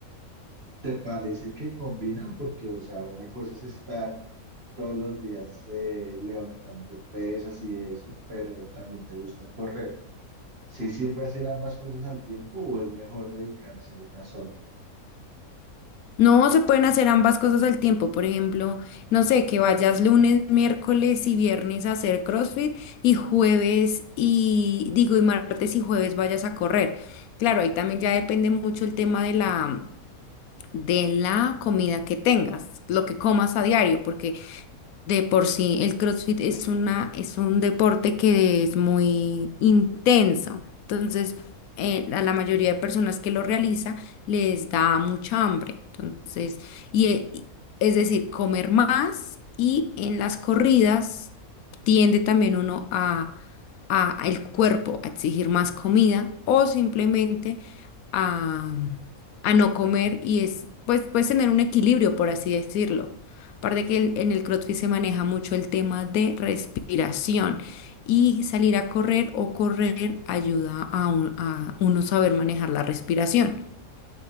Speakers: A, on the right (about 45°); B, on the left (about 75°).
A: ¿Te parece que combinan? Porque, o sea, una cosa es estar todos los días eh, levantando pesas y eso, pero también te gusta correr. ¿Sí sirve hacer ambas cosas al tiempo o es mejor dedicarse a una sola?
B: No se pueden hacer ambas cosas al tiempo. Por ejemplo, no sé, que vayas lunes, miércoles y viernes a hacer CrossFit y jueves y digo, y martes y jueves vayas a correr. Claro, ahí también ya depende mucho el tema de la de la comida que tengas, lo que comas a diario, porque de por sí, el CrossFit es una, es un deporte que es muy intenso. Entonces, eh, a la mayoría de personas que lo realiza les da mucha hambre. Entonces, y, e- y- es decir, comer más y en las corridas tiende también uno a a- al cuerpo a exigir más comida o simplemente a, a no comer y es, pues, puedes tener un equilibrio, por así decirlo. Aparte que el- en el CrossFit se maneja mucho el tema de respiración y salir a correr o correr ayuda a, un- a uno saber manejar la respiración.